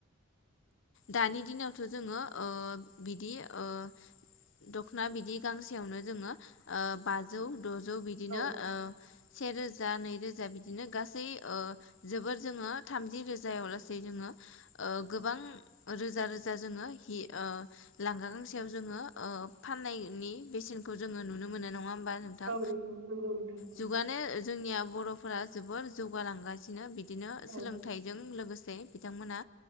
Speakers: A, on the left (about 60°); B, on the right (about 70°).
A: दानि दिनावथ' जोङो ओ बिदि ओ दख'ना बिदि गांसेयावनो जोङो बाजौ द'जौ बिदिनो।
B: औ
A: सेेरोजा नै रोजा बिदिनो गासै जोबोर जोङो थामजि रोजायाव लासै जोङो। ओ गोबां रोजा रोजा जोङो हि ओ लांगा गांसेयाव जोङो ओ फाननायनि बेसेनखौ जोङो नुनो मोनो नङा होमबा नोंथां।
B: औ नंगौ नंगौ नोंथां नंगौ।
A: जुगानो जोंनिया बर'फोरा जोबोर जौगालांगासिनो बिदिनो
B: औ
A: सोलोंथाइजों लोगोसे। बिथांमोना